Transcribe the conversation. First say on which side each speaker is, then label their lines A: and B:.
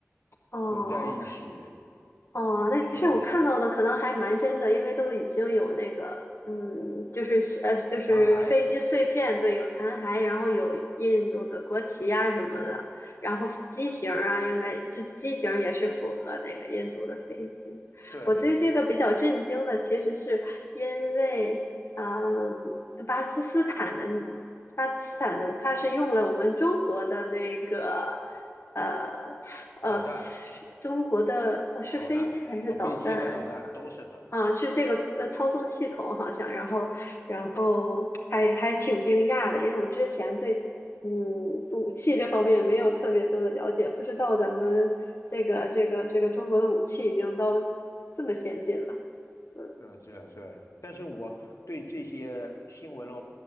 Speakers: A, on the left; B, on the left.
A: 哦，
B: 混在一起，
A: 哦，但是我看到的可能还蛮真的，
B: 所以说
A: 因为都已经有那个，嗯，就是呃，就是飞机碎片，
B: 残骸，
A: 对，有残骸，然后有印度的国旗呀、什么的，然后机型儿啊，应该就是机型儿也是符合那个印度的飞机。
B: 对对对，
A: 我对这个比较震惊的，其实是因为，嗯。巴基斯坦的巴基斯坦的，它是用了我们中国的那个呃呃
B: 导弹、
A: 中国的呃是飞机还是导弹
B: 导弹啊，飞机和导弹都是的，
A: 啊？是这个呃操纵系统好像，然后然后还还挺惊讶的，因为我之前对嗯武器这方面没有特别多的了解，不知道咱们这个这个这个中国的武器已经到这么先进了。嗯。
B: 对对对。但是我对这些新闻呢，